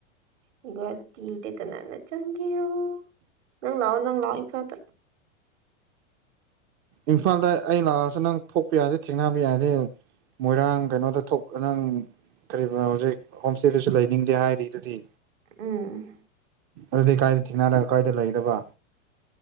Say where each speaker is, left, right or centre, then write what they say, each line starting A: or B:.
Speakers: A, on the right; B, on the right.
A: <unintelligible> ꯀꯅꯥꯅ ꯆꯪꯒꯔꯣ ꯅꯪ ꯂꯥꯛꯑꯣ ꯅꯪ ꯂꯛꯑꯣ ꯏꯝꯐꯥꯜꯇ
B: ꯏꯝꯐꯥꯜꯗ ꯑꯩ ꯂꯥꯛꯑꯁꯨ ꯅꯪ ꯊꯣꯛꯄ ꯌꯥꯗꯦ ꯊꯦꯡꯅꯕ ꯌꯥꯗꯦ ꯃꯣꯏꯔꯥꯡ ꯀꯩꯅꯣꯗ ꯊꯣꯛ ꯅꯪ ꯀꯔꯤꯕꯥ ꯍꯧꯖꯤꯛ ꯍꯣꯝꯁꯇꯦꯗꯁꯨ ꯂꯩꯅꯤꯡꯗꯦ ꯍꯥꯏꯔꯤꯗꯨꯗꯤ
A: ꯎꯝ
B: ꯑꯗꯨꯗꯤ ꯀꯥꯏꯗ ꯊꯦꯡꯅꯔꯒ ꯀꯥꯏꯗ ꯂꯩꯒꯗꯕ